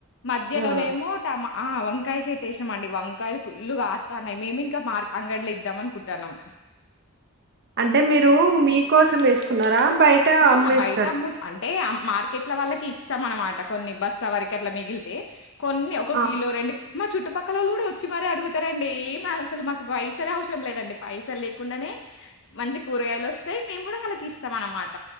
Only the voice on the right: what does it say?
ఆ!
అంటే మీరు మీకోసం వేసుకున్నారా బయట
అమ్మేస్తారా
ఆ!